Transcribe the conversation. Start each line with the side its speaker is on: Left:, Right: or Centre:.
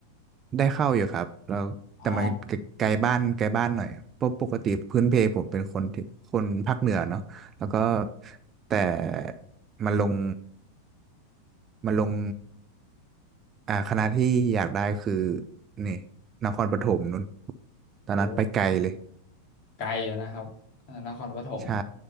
Right: ได้เข้าอยู่ครับแล้วแต่มัน
Left: อ๋อ
Right: ไกลบ้านไกลบ้านหน่อยเพราะปกติพื้นเพผมเป็นคนที่คนภาคเหนือเนาะแล้วก็แต่มาลงมาลงอ่าคณะที่อยากได้คือนี่นครปฐมนู่นตอนนั้นไปไกลเลย
Left: โอ้ไกลอยู่นะครับเอ่อนครปฐม
Right: ใช่